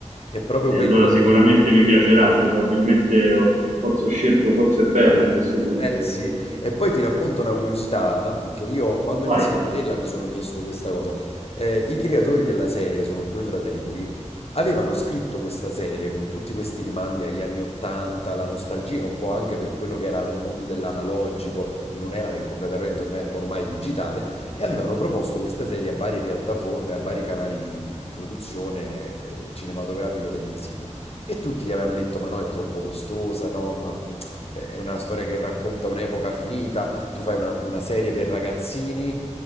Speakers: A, on the left; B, on the right.
A: è proprio
B: e
A: quello
B: allora
A: il-
B: sicuramente mi piacerà, probabilmente ho, forse ho scelto forse bene a questo punto,
A: Eh
B: perché
A: sì, e poi ti racconto una curiosità mhmm, che io quando
B: vai,
A: ho iniziato a vederla mi sono chiesto questa cosa. Eh, i creatori della serie, sono due fratelli, avevano scritto questa serie con tutti questi rimandi agli anni 80, la nostalgia un po' anche per quello che era la- il mondo dell'analogico in un'era che è completamente ormai, ormai digitale e avevano proposto questa serie a varie piattaforme, a vari canali di, di produzione eh, cinematografico-televisiva. E tutti gli avevano detto: Ma no, è troppo costosa, no, ma eh, è una storia che racconta un'epoca finita, tu fai una, una serie per ragazzini